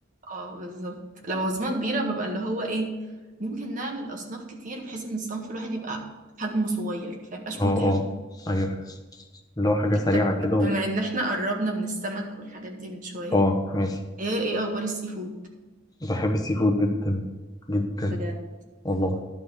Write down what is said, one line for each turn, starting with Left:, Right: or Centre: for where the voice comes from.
Right: اه بالظبط لو عزومة كبيرة ببقى اللي هو ايه ممكن نعمل أصناف كتير بحيث إن الصنف الواحد يبقى حجمه صغير فميبقاش
Left: اه
Right: متعب
Left: اه ايوه فاهم اللي هو حاجة سريعة
Right: طب
Left: كده
Right: بما
Left: و...
Right: إن احنا قربنا من السمك والحاجات دي من شوية
Left: اه ماشي
Right: ايه ايه أخبار السي فود
Left: بحب السي فود جدا جدا
Right: بجد
Left: والله